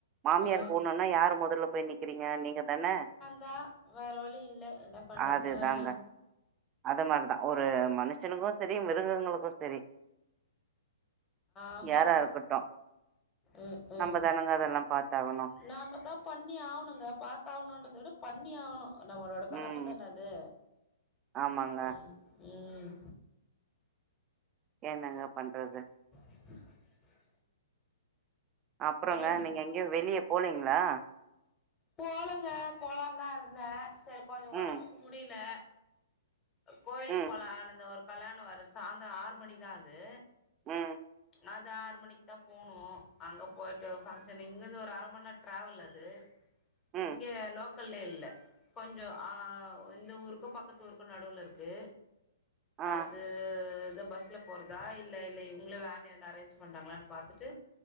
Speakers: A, on the right; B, on the left.
A: மாமியாருக்கு
B: ஆ
A: ஒண்ணுன்னா யாரு முதல்ல போய் நிக்கிறீங்க நீங்க தானே
B: தா வேற வழி இல்ல என்ன பண்றது
A: அதுதாங்க.
B: ஆஹ்
A: அது மாரிதா ஒரு மனுஷனுக்கு சரி மிருகங்களுக்கு சரி
B: ஆமாங்க
A: யாரா இருக்கட்டு
B: ம் ம்
A: நம்ப தானுங்க அதெல்லா பாத்தாகணு
B: நாம தா பண்ணி ஆகணுங்க பாத்தாகனுன்றது விட பண்ணி ஆகணு நம்மளோட கடம
A: ம்.
B: தான அது
A: ஆமாங்க.
B: ம் ம் ம்
A: என்னங்க பண்றது
B: <inaudible>
A: அப்றோங்க
B: சொல்லுங்க
A: நீங்க எங்கயு வெளிய போலீங்களா
B: போலங்க போலாந்தா இருந்தே செரி கொஞ்சோ ஒடம்புக்கு
A: ம்.
B: முடியல கோயிலுக்கு
A: ம்.
B: போலனு இந்த ஒரு கல்யாணோ வேற சாயந்தரோ ஆறு மணிதா அது
A: ம்
B: நா அது ஆறு மணிக்கு தா போனு அங்க போயிட்டு ஃபங்க்ஷனு இங்கருந்து ஒரு அர மந்நேரோ ட்ராவல் அது
A: ம்.
B: இங்க லோக் கல்ல இல்ல கொஞ்சோ அ எ இந்த ஊருக்கு பக்கத்து ஊருக்கு நடுவுல இருக்கு
A: ஆ.
B: அது இத பஸ்ல போறதா இல்ல இல்ல இவுங்களே வேன் எதுனா அரேஞ்ச் பண்றாங்களானு பாத்துட்டு